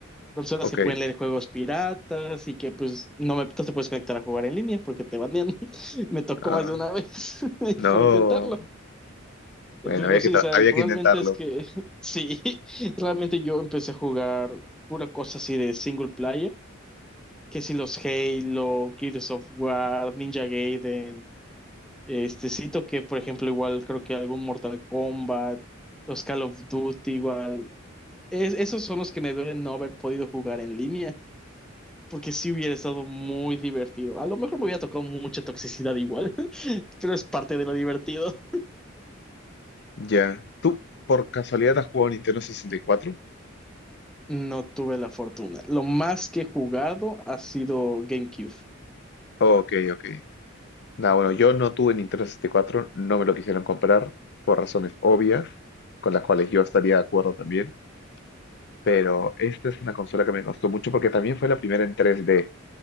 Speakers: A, in the centre; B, on the left.
A: consolas
B: Ok.
A: que pueden leer juegos piratas y que pues no, me, no te puedes conectar a jugar en línea porque te banean. <laughs> Me tocó
B: Ah,
A: más de una vez <laughs>
B: no.
A: por intentarlo.
B: Bueno,
A: Pero
B: había que,
A: sí,
B: tra-
A: o sea,
B: había
A: realmente
B: que intentarlo.
A: es que <laughs> sí, realmente yo empecé a jugar pura cosa así de single player, que si los Halo, Gears of War, Ninja Gaiden, este cito que por ejemplo igual creo que algún Mortal Kombat, los Call of Duty igual. Es, esos son los que me duelen no haber podido jugar en línea porque sí hubiera estado muy divertido. A lo mejor me hubiera tocado mucha toxicidad igual, <laughs> pero es parte de lo divertido.
B: Ya. ¿Tú por casualidad has jugado Nintendo 64?
A: No tuve la fortuna. Lo más que he jugado ha sido GameCube.
B: Ok, ok. Nah, bueno, yo no tuve Nintendo 64, no me lo quisieron comprar por razones obvias, con las cuales yo estaría de acuerdo también. Pero esta es una consola que me gustó mucho porque también fue la primera en 3D.